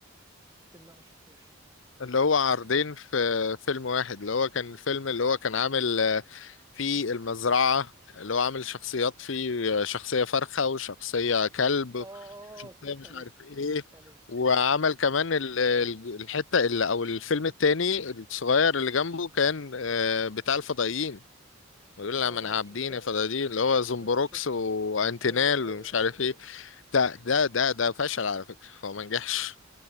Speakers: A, on the right; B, on the left.
A: ممكن لا ما شفتوش ممكن
B: اللي هو عرضين
A: مش فاكر
B: في فيلم واحد اللي هو كان الفيلم اللي هو كان عامل آه، فيه المزرعة اللي هو عامل شخصيات فيه آه، شخصية فرخة وشخصية كلب
A: اه اه اه
B: وشخصية
A: آه. اتفرجت
B: مش
A: عليه
B: عارف ايه
A: اتفرجت عليه
B: وعمل كمان ال- ال- الحتة اللي او الفيلم التاني الصغير اللي جنبه كان آه، بتاع الفضائيين ويقول لها
A: اه اه
B: ما انا عابدين
A: آه. شفته
B: فدادين اللي
A: شفت
B: هو زومبروكس
A: شفت شفت
B: وانتينال
A: ايوه ايوه
B: ومش عارف
A: ايوه
B: ايه ده
A: ايوه
B: ده ده ده فشل على فكرة هو ما نجحش